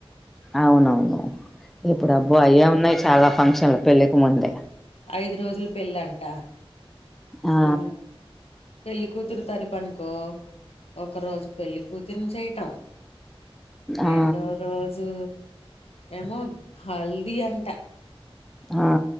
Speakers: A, in the centre; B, on the left.
A: అవునవును ఇప్పుడు అబ్బో అయే ఉన్నాయి చాలా ఫంక్షన్లు పెళ్ళికి ముందే
B: ఐదు రోజులు పెళ్ళంట
A: ఆ
B: ఊ పెళ్ళికూతురు తరుపునుకో ఒక రోజు పెళ్ళికూతుర్ని చేయటం రెండో
A: ఆ
B: రోజు ఏమో హల్దీ అంట
A: ఆ